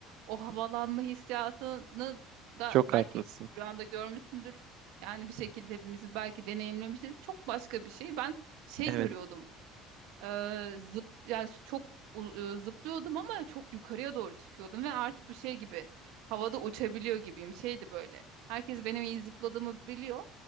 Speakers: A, on the right (about 75°); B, on the right (about 65°).
A: o havalanma hissiyatını da
B: Çok
A: belki
B: haklısın.
A: rüyanda görmüşsündür. Yani bir şekilde hepimizi belki deneyimlemişiz. Çok başka bir şey. Ben şey
B: Evet,
A: görüyordum. e, zıp yani çok u- e, zıplıyordum ama çok yukarıya doğru çıkıyordum ve artık bu şey gibi havada uçabiliyor gibiyim. Şeydi böyle. Herkes benim iyi zıpladığımı biliyor.